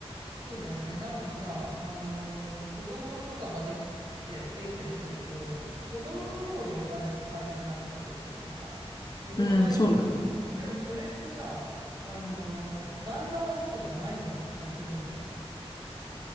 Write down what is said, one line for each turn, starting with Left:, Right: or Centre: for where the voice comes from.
Right: そうだよね。なんかさ、あのー子供とかができて、できたりすると、子供の方にお金を使いたくなってくるというかさ、自分はいいよみたいな。
Left: うん、そうだね。
Right: でもそれってさ、あのー旦那はそうじゃないような気がするんだよね。